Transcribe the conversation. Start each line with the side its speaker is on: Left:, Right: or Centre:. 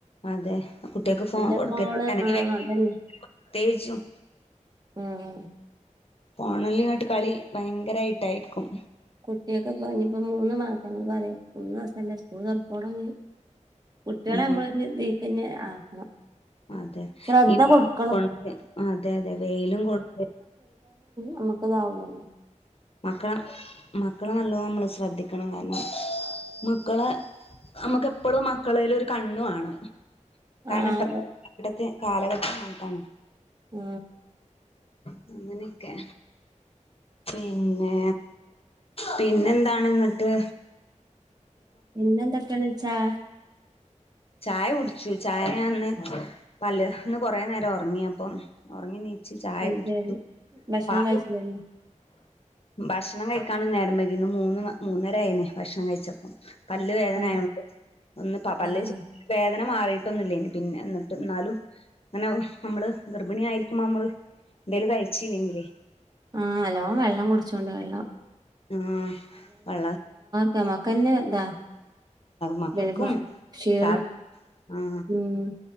Left: അതെ കുട്ടികൾക്ക് ഫോൺ
Right: എന്റെ
Left: കൊടുക്കരുത്
Right: ഫോണ്
Left: അല്ലെങ്കിൽ
Right: ആഹ അതന്നെ
Left: പ്രത്യേകിച്ചും
Right: ആഹ്
Left: ഫോണല്ല ഇങ്ങോട്ട് കളി ഭയങ്കരായിട്ടായിരിക്കും
Right: കുട്ടിയൊക്കെ പറഞ്ഞപ്പോ മൂന്ന് മാസം മൂന്നു മാസല്ലേ സ്കൂൾ തുറക്കോളം ഇഞ് കുട്ടികളെ
Left: ഉം
Right: നമ്മളൊ ഒരു വീക്കന്നെ ആക്കണം
Left: അതെ
Right: ശ്രദ്ധ
Left: ഇ <unintelligible>
Right: കൊടുക്കണം
Left: അതെ അതെ വെയിലും കൊണ്ട്
Right: നമുക്കതാവൂലല്ലോ
Left: മക്കളെ മക്കളെ നല്ലോ നമ്മള് ശ്രദ്ധിക്കണം കാരണം മക്കളെ നമ്മുക്ക്പ്പോഴും മക്കളേല്ലരു കണ്ണു വാണം <unintelligible>
Right: ആഹ്
Left: പണ്ടത്തെ കാലഘട്ടം അങ്ങനത്താണ്.
Right: ആ
Left: അങ്ങനെയൊക്കെ പിന്നെ പിന്നെ എന്താണ് ഇന്നിട്ട്?
Right: പിന്നെന്തൊക്കേന്ന് വെച്ചാ
Left: ചായ കുടിച്ചു ചായ ഞാ ഇന്ന് പല്ല് കൊറേ നേരം ഉറങ്ങി അപ്പം ഉറങ്ങി നീച്ച് ചായ
Right: അത്
Left: കുടിക്കും
Right: ശരി ഭക്ഷണം
Left: പാലും,
Right: കഴിച്ചില്ലായിരുന്നോ
Left: ഭക്ഷ ഭക്ഷണം കഴിക്കാനും നേരം വൈകി ഇന്ന് മൂന്ന് മൂന്നര ആയിന് ഭക്ഷണം കഴിച്ചപ്പം പല്ല് വേദനയായോണ്ട്
Right: ആഹ്
Left: ഒന്ന് പ പല്ല്
Right: ആഹ്
Left: വേദന മാറിയിട്ടൊന്നുല്ലേന്ന് പിന്നെ എന്നിട്ട് എന്നാലും അങ്ങനെ നമ്മള് ഗർഭിണി ആയിരിക്കുമ്പോ നമ്മള് എന്തേലും കഴിച്ചല്ലെങ്കിലേ
Right: ആ നല്ലോ വെള്ളം കുടിച്ചോണ്ട് വെള്ളം
Left: ആ വള്ള
Right: ഞമ്മക്കന്നെ ഇതാ
Left: മക്കക്കും
Right: ജലപ്പ ക്ഷീണം
Left: സാ ആ
Right: ഉം